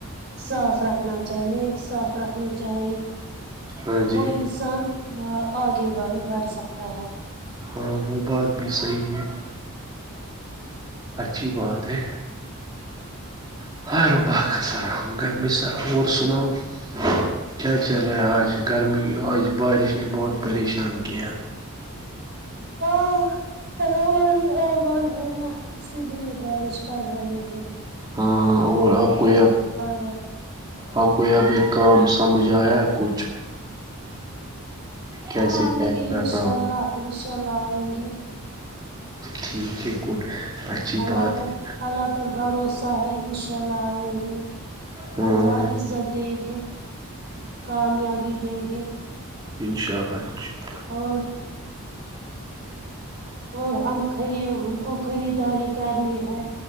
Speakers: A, on the right; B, on the right.
A: صاف رکھنا چاہیے نیت صاف رکھنی چاہیے
B: ہاں
A: وہ
B: جی
A: انسان آگے بڑھ سکتا ہے
B: ہاں وہ بات بھی صحیح ہے اچھی بات ہے <inaudible> کیا چل رہا ہے آج گرمی آج بارش نے بہت پریشان کیا
A: ہاں ہمارے ہی اعمال ہے نا اسی لیے بارش پڑھ رہے ہیں
B: ہاں اور آپ کواپ
A: بار
B: اپ کو یہ اب کام سمجھ ایا ہے کچھ کیسے
A: ہاں آئیں
B: کیا
A: گے
B: کرنا
A: انشاء اللہ انشاء اللہ آئیں گی
B: ٹھیک ہے گڈ اچھی
A: اللہ
B: بات
A: پر
B: ہے
A: اللہ پر بھروسہ ہے ان شاء اللہ آئیں گے
B: ہاں
A: اللہ عزت دے گے کامیابی دے گے
B: ان شاء اللہ ان شالہ
A: اور اور ہم ک ہم کو خریداری کرنی ہے